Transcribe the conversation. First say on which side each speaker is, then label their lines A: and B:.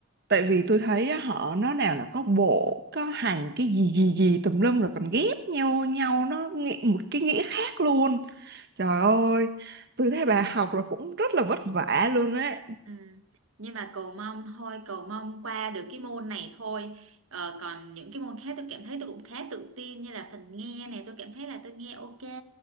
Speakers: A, on the right (about 50°); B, on the right (about 75°).
A: Tại vì tôi thấy á, họ nó nào là có bộ, có hành cái gì gì gì tùm lum rồi còn ghép nhau nhau nó nghĩ- một cái nghĩa khác luôn Trời ơi, tôi thấy bà học là cũng rất là vất vả luôn á.
B: Ừ. Nhưng mà cầu mong thôi cầu mong qua được cái môn này thôi ờ, còn những cái môn khác tôi cảm thấy tôi cũng khá tự tin như là phần nghe này tôi cảm thấy là tôi nghe ok